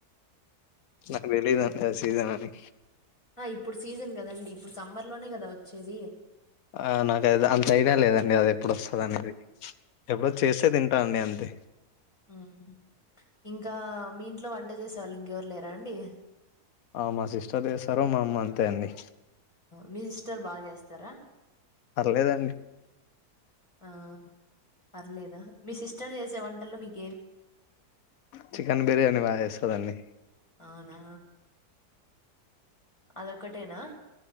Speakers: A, on the left; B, on the left.
A: నాక్ వెళ్ళదా లేదా సీజనా అని
B: ఆ ఇప్పుడు సీజన్ కదండి ఇప్పుడు సమ్మర్ లోనే కదా వచ్చేది
A: ఆ నాకు అంత ఐడియా లేదండి అది ఎప్పుడు వస్తుంది అనేది ఎప్పుడో చేసే తింటా అండి అం దే
B: ఉమ్ ఇంకా మీంట్లో వం వంట చేసేవాళ్ళు ఇంకెవరు లేరా అండి
A: ఆ మా సిస్టర్ చేస్తారు మా అమ్మ అంతే అండి
B: మీ సిస్టర్ బాగా చేస్తారా
A: పర్లేదండి
B: ఆ పర్లేదా మీ సిస్టర్ జె వంటల్లో మీకు
A: చికెన్ బిర్యానీ బా చేస్తదండి
B: అవునా! అదొక్కటేనా?